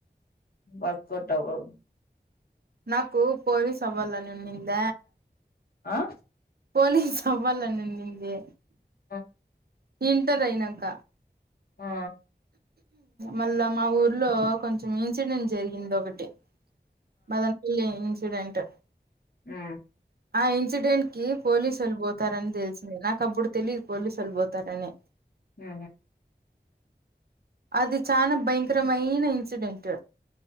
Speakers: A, on the left (about 55°); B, on the right (about 60°).
A: వర్క్ ఔట్ అవ్వవు
B: నాకుపోరి సవల్ళ నున్నంద
A: ఆ
B: పోనీ చవ్వాల నండి నిందిే
A: ఆ
B: ఇంటర్ అయినాక
A: ఆ
B: మళ్ళా మా ఊర్లో కొంచెం ఇన్సిడెంట్ జరిగింది ఒకటి మదనలి ఇన్సిడెంట్
A: ఆ
B: ఆ ఇన్సిడెంట్ కి పోలీసు వాళ్ళిపోతారని తెలిసిందే నాకు అప్పుడు తెలియదు పోలీసుళ్ళిపోతారనే
A: హ
B: అది చాలా భయంకరమైన ఇన్సిడెంట్